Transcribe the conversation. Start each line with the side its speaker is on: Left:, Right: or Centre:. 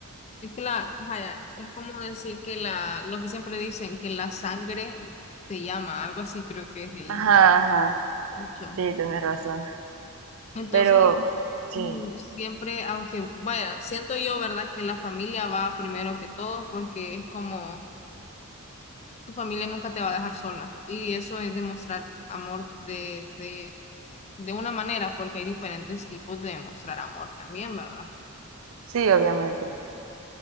Left: es que la, vaya, es como decir que la, lo que siempre dicen, que la sangre se llama, algo así creo que es el
Right: Ajá, ajá.
Left: dicho.
Right: Sí, tienes razón.
Left: Entonces
Right: Pero sí,
Left: Mm, Siempre, aunque vaya, siento yo, ¿verdad? Que la familia va primero que todo porque es como tu familia nunca te va a dejar sola y eso es demostrar amor de, de, de una manera porque hay diferentes tipos de demostrar amor también, ¿verdad?
Right: sí, obviamente.